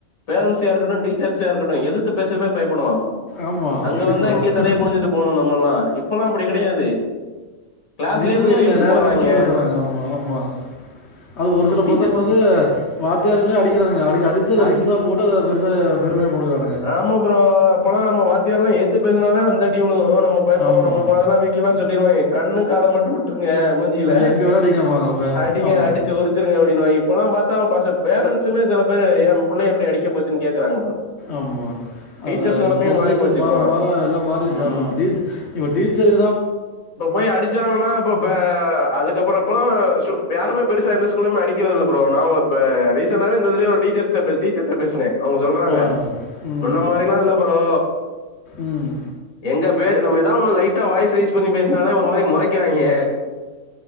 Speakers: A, on the left (about 75°); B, on the left (about 50°).
A: பேரண்ஸியா இருக்கட்டு டீச்சர்ஸயா இருக்கட்டு எதித்து பேசவே பயப்படுவான்
B: ஆமாம்
A: அங்க
B: கண்டிப்பாக
A: வந்தா இங்க தலைய குனிஞ்சிட்டு போணோ நம்மல்லா இப்பல்லா அப்டி கெடையாது கிளாஸ்லயே
B: அதுதாங்க
A: போய் ரீல்ஸ்
B: நேரா
A: போட்றாய்ங்க
B: நிமிந்தா பேசுறாங்க ஆமா ஆமா அது ஒரு சில
A: டீச்சர்
B: பசங்க வந்து வாத்தியாரங்களே அடிக்கிறா னுங்க அடி அடிச்சத
A: அது
B: ரீல்ஸா போட்டு அத பெருச பெருமயா போட்டுக்கறாங்க
A: ஆமா ப்ரோ அப்பல்லா நம்ம வாத்தியாரல்லா எதித்து பேசினாலே அந்த அடி விழுகு நம்ம பயப்படுவோ
B: ஆமாம்
A: நம்ம மொதலெல்லா வீட்லல்லா சொல்லிருவாங்க கண்ணு காத மட்டு விட்டுரு ங்க மூஞ்சில
B: எங்கே வேணால் அடிக்காமாங்க
A: அடிங்க
B: ஆமாம்
A: அடிச்சு உரிச்சிருங்க அப்டின்னு வாங்க இப்பல்லான் பாத்தா பசங் பேரன்ண்ட்ஸுனு சில பேரு என் புள்ளய எப்டி அடிக்க போச்சுனு கேக்குறாங்க ப்ரோ
B: ஆமா
A: டீச்சர்ஸ்
B: அதா
A: நெலமையே
B: ஜென்ரேஷன்
A: மாறி போச்சு
B: மாற
A: இப்பல்லாம்
B: மாற எல்லாம் மாறிடுச்சு
A: ம்
B: ஆமா இப்ப டீச் இப்ப டீச்சரு
A: இப்ப போய் அடிச்சாங்கன்னா இப்ப அதுக்கப்புறோ இப்பல்லா ஸ்டு யாருமே பெருசா எந்த ஸ்கூல்லயுமே அடிக்கிறதில்ல ப்ரோ நா ஒ இப்ப ரீசண்டாவே இந்த இதுலயே ஒரு டீச்சர்ஸ்ட்ட டீ டீச்சர்ட்ட பேசின அவுங்க சொல்றாங்க
B: ஆ. ம்.
A: முன்ன மாரில்லா இல்ல ப்ரோ
B: ம்.
A: எங் க பே நம்ம எதாவது ஒண்ணு லைட்டா வாய்ஸ் ரெய்ஸ் பண்ணி பேசினாலே ஒரு மாரி மொறைக்கிறாங்க